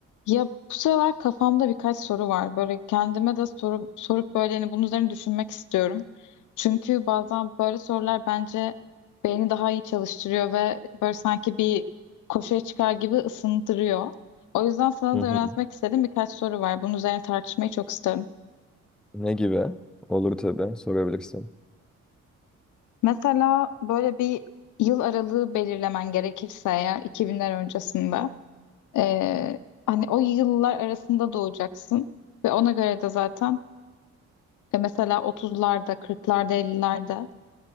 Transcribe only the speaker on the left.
Ya bu sefer kafamda birkaç soru var. Böyle kendime de soru, sorup böyle hani bunun üzerine düşünmek istiyorum. Çünkü bazen böyle sorular bence beyni daha iyi çalıştırıyor ve böyle sanki bir koşuya çıkar gibi ısındırıyor. O yüzden sana
da
yöneltmek istediğim birkaç soru var. Bunun üzerine tartışmayı çok isterim.
Mesela böyle bir yıl aralığı belirlemen gerekirse eğer 2000'ler öncesinde eee, hani o yıllar arasında doğacaksın ve ona göre de zaten E, mesela 30'larda, 40'larda, 50'lerde.